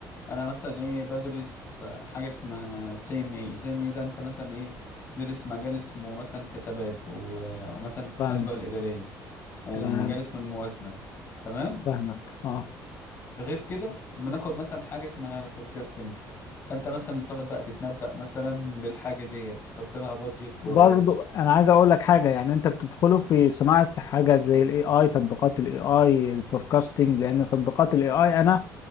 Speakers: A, on the left; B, on the left.
A: انا مثلا ايه بدرس حاجه اسمها سي ام اي سي ام اي ده انت مثلا ايه تدرس مجال اسمه مثلا حسابات و- ومثلا المحاسبه
B: فاهم
A: الاداريه ومجال
B: تمام
A: اسم الموازنة تمام
B: فاهمك اه
A: غير كده بناخد مثلا حاجة اسمها فوركاستنج فانت مثلا بتقعد بقى تتنبأ مثلا بالحاجة ديت تحط لها بادجت كويسة
B: برضو انا عايز اقول لك حاجه يعني انت بتدخله في صناعه حاجه زي الاي اي تطبيقات الاي اي الفوركاستنج لان تطبيقات الاي اي انا